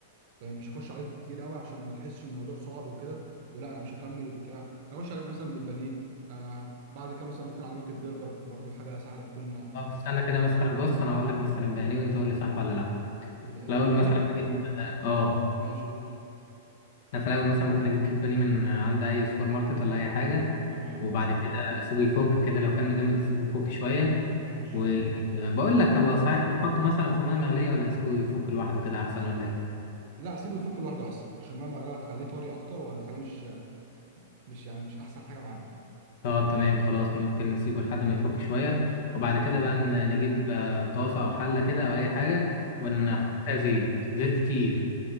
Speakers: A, on the right (about 55°); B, on the left (about 60°).
A: يعني مش هخش عليك بالتقيل قوي عشان ما تحسش ان الموضوع صعب وكده ولا انا مش هكمل وبتاع اخش عليك مثلا بالبانيه آه بعد كده مثلا ممكن اعلمك البرجر برضو حاجه سهله بتكون ال-
B: طب استنى كده مثلا بص انا هقول لك مثلا بانيه وانت قول لي صح ولا لا
A: ال-
B: في الاول
A: البانيه
B: مثلا بجيب اه آه،
A: ماشي قول
B: انا في الاول مثلا ممكن اجيب كيس بانيه من عند اي سوبر ماركت ولا اي حاجه
A: تمام
B: وبعد كده اسيبه يفك كده لو كان مجمد اسيبه يفك شويه
A: ماشي
B: وبقول لك هو صحيح نحطه مثلا في ميه مغليه ولا نسيبه يفك لوحده كده احسن ولا ايه
A: لا سيبه يفك لوحده احسن عشان مهما غلا هتخليه طري اكتر وهتخليه مش مش يعني مش احسن حاجه معاه
B: طب تمام خلاص ممكن نسيبه لحد ما يفك شويه وبعد كده بقى ن- نجيب آه، طاسه او حله كده او اي حاجه
A: امم
B: ونحط فيها زيت زيت كتير